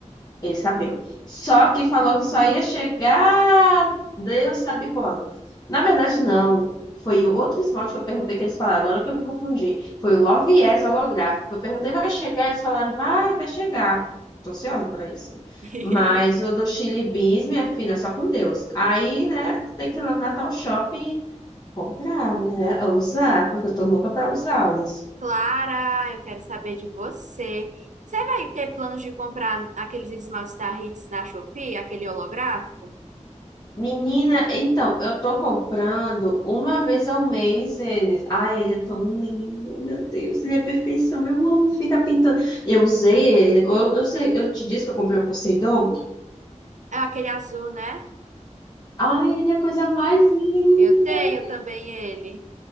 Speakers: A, on the left; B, on the right.
A: Ele sabeu. Só que falou que só ia chegar Deus sabe quando. Na verdade, não. Foi o outro esmalte que eu perguntei que eles falaram. Agora que eu me confundi. Foi o Loviés holográfico. que Eu perguntei, vai chegar? Eles falaram, vai, vai chegar. Tô ansiosa pra isso.
B: <laughs>
A: Mas o do Chili Beans, minha filha, só com Deus. Aí, né, tem que ir lá no Natal Shopping comprar, né? Ou usar, porque eu tô louca pra usá-los.
B: Clara, eu quero saber de você. Você vai ter planos de comprar aqueles esmaltes da Hits na Shopee, aquele holográfico?
A: Menina, então, eu tô comprando uma vez ao mês eles. Ai, ele é tão lindo, meu Deus, ele é perfeição. Eu amo ficar pintando. Eu usei ele, eu, eu sei, eu te disse que eu comprei o Poseidon.
B: É aquele azul, né?
A: Ai, ele é a coisa mais linda.
B: Eu tenho também ele.